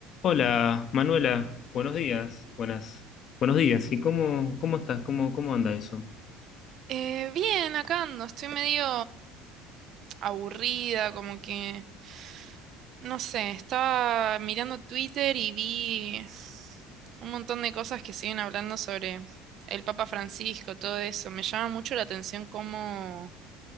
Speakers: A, on the left (about 50°); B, on the right (about 55°).
A: Hola, Manuela, buenos días, buenas, buenos días. ¿Y cómo, cómo estás? ¿Cómo, cómo anda eso?
B: Eh, bien, acá ando, estoy medio aburrida, como que, no sé, estaba mirando Twitter y vi un montón de cosas que siguen hablando sobre el Papa Francisco, todo eso. Me llama mucho la atención cómo